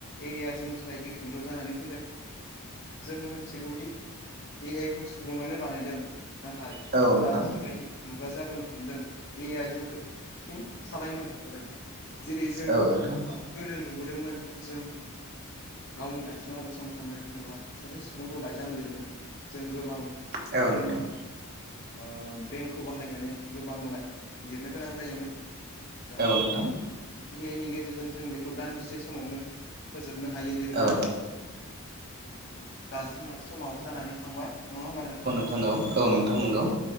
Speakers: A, on the left; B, on the right.
A: ए आइ या जोंनि थाखाय गिख्रोंथाव जानानै फैदों। जों मिथिगौदि ए आइ खौ सुबुङानो बानायदों नाथाय
B: औ नोंथां
A: दा जिबायदि मुगाजाबोनो हमदों। ए आइ जोंखौ फिन सालायनो हमबोदों जेरै जों
B: औ नोंथां
A: गोदो नुबोदोंमोन जों गावनि आथिङाव गसंथाननो एबा सासे सुबुंखौ लाइजाम लिर जों गोबां
B: औ
A: गावनि
B: नोंथां औ
A: ओ ब्रेेनखौ बाहायनानै गोबांलाय लिरनो गोनां जायोमोन। दा
B: नोंथां
A: ए आइ नि गेजेरजों जों बेखौ दान्दिसे समावनो फोजोबनो हायो लिरनानै
B: औ
A: दा जोंना समाबो जानानै थांबाय नङा होनबा नोंथां?
B: हेलौ औ नोंथां नोंगौ